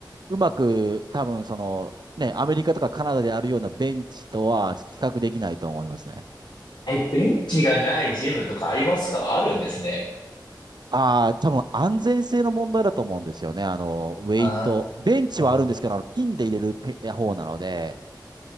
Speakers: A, on the right; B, on the left.
A: うまく、多分その、ね、アメリカとかカナダであるようなベンチとは、ちょっと比較できないと思いますね。
B: え、ベンチがないジムとかありますかあるんですね。
A: ああ、多分安全性の問題だと思うんですよね。あの、ウェイト。
B: あ
A: ベンチはあるんですけど、
B: あ、
A: あのピンで入れるペ方なので、